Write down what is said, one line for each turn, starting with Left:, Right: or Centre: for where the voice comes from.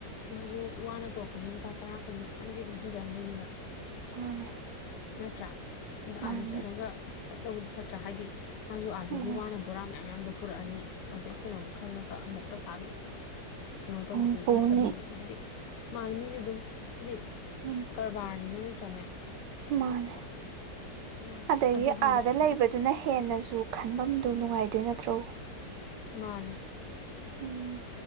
Left: ꯃꯥꯁꯨ ꯋꯥꯅ ꯄꯣꯔꯛꯄꯅꯤꯅ ꯂꯨꯄꯥ ꯇꯔꯥ ꯀꯨꯟꯗꯤ ꯈꯤꯇꯪꯗꯤ ꯑꯗꯨꯝ ꯍꯦꯟꯖꯔꯝꯗꯣꯏꯅꯦꯕ
Right: ꯃꯥꯅꯦ
Left: ꯅꯠꯇ꯭ꯔꯥ
Right: ꯃꯥꯅꯤ
Left: ꯑꯗ ꯆꯠꯂꯒ ꯐꯠꯂꯧꯕꯗꯨꯅ ꯐꯠꯇ꯭ꯔꯥ ꯍꯥꯏꯗꯤ ꯃꯥꯁꯨ ꯑꯥꯗꯒꯤ
Right: ꯃꯥ
Left: ꯋꯥꯅꯕ ꯕꯣꯔꯥ ꯃꯌꯥꯝ ꯃꯌꯥꯝꯗꯣ ꯄꯨꯔꯛꯑꯅꯤ ꯑꯗꯩ ꯑꯩꯈꯣꯏꯅ ꯑꯃꯨꯛ ꯈꯜꯂꯒ ꯑꯃꯨꯛ ꯄꯩꯁꯥ ꯑꯗꯨꯝ ꯀꯩꯅꯣ ꯇꯧꯕꯗꯨꯅꯤ
Right: ꯎꯝ ꯄꯨꯅꯤ
Left: ꯑꯗꯨꯒꯤ ꯍꯥꯏꯗꯤ ꯃꯥꯁꯨ ꯃꯤꯗꯣ ꯗꯨꯝ ꯍꯥꯏꯗꯤ
Right: ꯎꯝ
Left: ꯀꯔꯕꯥꯔꯅꯤꯅ ꯅꯠꯇ꯭ꯔꯅꯦ
Right: ꯃꯥꯅꯦ
Left: ꯃꯥꯅꯦ
Right: ꯑꯗꯒꯤ
Left: ꯑꯗꯣ ꯈꯪꯕ꯭ꯔꯥ
Right: ꯑꯥꯗ ꯂꯩꯕꯗꯨꯅ
Left: ꯑꯗꯨꯝ
Right: ꯍꯦꯟꯅꯁꯨ ꯈꯟꯐꯝꯗꯣ ꯅꯨꯡꯉꯥꯏꯗꯣꯏ ꯅꯠꯇ꯭ꯔꯣ
Left: ꯃꯥꯅꯦ
Right: ꯎꯝ